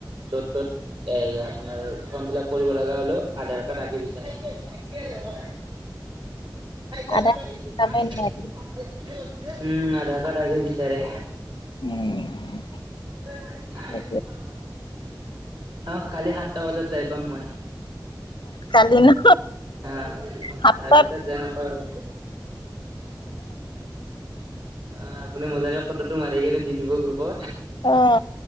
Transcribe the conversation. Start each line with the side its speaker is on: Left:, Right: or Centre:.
Right: য'ত-ত'ত এ আপোনাৰ ফৰ্ম ফিলাপ কৰিব লগা হ'লেও আধাৰ কাৰ্ড আগে বিচাৰে চাইকেল অ চাইকেল
Left: আধাৰ
Right: চাবা দিছো
Left: কামেই নহয় এইটো।
Right: পাচ উম, আধাৰ কাৰ্ড আগে বিচাৰে
Left: উম,
Right: ত ভাল ঠিকাই
Left: সেইটোৱে
Right: ৰখাওক অ', কালি সাতটা বজাত যাই পাম মই
Left: কালি ন
Right: অ',
Left: সাতটাত
Right: চাৰে ছয়টাত জাই নাপাও আৰু অ', পুনি মজাকে ফটোটো মাৰি কেনে দি দিব গ্ৰুপত
Left: অ'